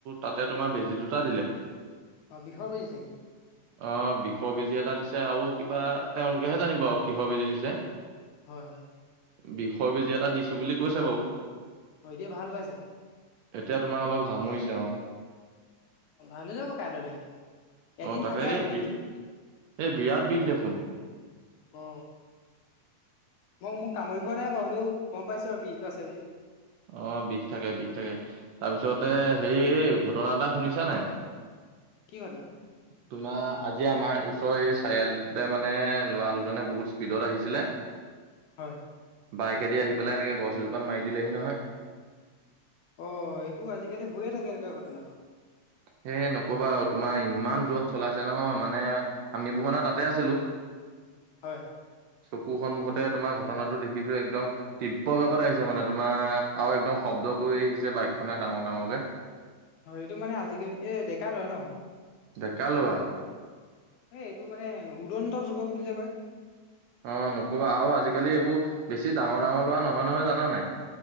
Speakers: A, on the right; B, on the left.
A: তাতে তোমাৰ বেজী দুটা দিলে।
B: অ বিষৰ বেজি চাগে।
A: অ' বিষৰ বেজি এটা দিছে আৰু কিবা তেওঁলোকেহে জানিব আৰু কিহৰ বেজি দিছে। <inaudible>
B: হয় হয়।
A: বিষৰ বেজি এটা দিছো বুলি কৈছে বাৰু।
B: অ'এতিয়া ভাল পাইছা?
A: এতিয়া তোমাৰ অলপ জামুৰিছে অ'।
B: অ ভালে হৈ যাব কাইলৈলে
A: অ
B: এদিন
A: তাকে
B: থাকে
A: এই
B: আৰু
A: বি
B: বিহটো।
A: এই বিৰাট বিষ দেখোন।
B: অ মই কামুৰি পোৱা নাই বাৰু হয়টো গম পাইছো আৰু বিহটো আছে বুলি।
A: অ' বিষ থাকে বিষ থাকে তাৰপিছতে
B: উম,
A: হেৰি ঘটনা এটা শুনিছা নাই?
B: কি ঘটনা?
A: <inaudible> তোমাৰ আজি আমাৰ ওচৰ এই চাৰিআলিটোতে মানে ল'ৰা দুজনে বহুত স্পীডত আহিছিলে। <inaudible>
B: হয়।
A: বাইকেদি আহি পেলাই এনেকে গছ এজোপাত মাৰি দিলেহি নহয়।
B: অ' এইবোৰ আজিকালি হৈয়ে থাকে এনেকুৱা ঘটনাখন
A: হেই নকবা আৰু তোমাৰ ইমান জোৰত চলাইছে নহয় মানে আমিবোৰ মানে তাতে আছিলোঁ। <inaudible>
B: হয়।
A: চকু সন্মুখতে তোমাৰ ঘটনাটো দেখিছো একদম। তিব্ৰ বেগত আহিছে মানে তোমাৰ আৰু একদম শব্দ কৰি আহিছে বাইকখনে ডাঙৰ ডাঙৰকে।
B: হয় এইটো মানে আজিকালি এই ডেকা ল'ৰা ন।
A: ডেকা ল'ৰা।
B: সেই এইটো মানে উদন্ত যুৱক বুলি যে কয়।
A: অ নকবা আৰু আজিকালি এইবোৰ বেছি ডাঙৰ ডাঙৰ লৰা নহয় নহয় জানা নাই।